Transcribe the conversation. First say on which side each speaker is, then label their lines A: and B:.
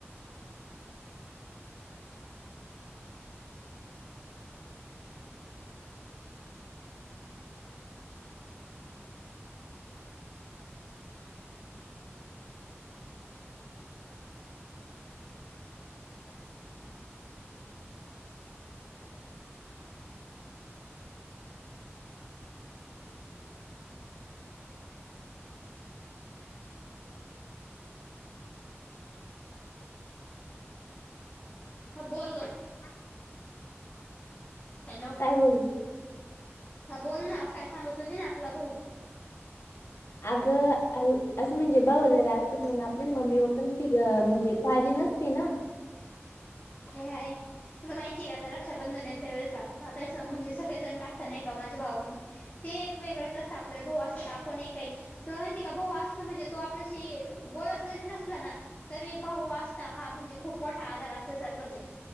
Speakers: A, on the left (about 30°); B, on the left (about 75°).
A: हा, बोल गं.
B: <unintelligible>
A: हॅलो.
B: काय बोलू?
A: हा, बोल ना. काय सांगत होती ना, आपला भऊ
B: आगं, अ असं म्हणजे, भाऊ जर असतां तर मग आपल्या मम्मी पप्पांची, फिक म्हणजे काळजी नस ती ना.
A: होय. तुला माहितीय का, आता रक्षाबंधन येतोय बर का. म आता म्हणजे सगळेजण टाकता नाही का माझे भावाकडून ते एक वेगळंच असतं. आपल्याला भाऊ असता तर, आपणही काही तुला माहितीय का? भाऊ आसनं म्हणजे तो आपल्याशी, बोलत जरी नसला ना तरी भाऊ असता हा म्हणजे, खूप मोठा आधार असल्या सारखंचय.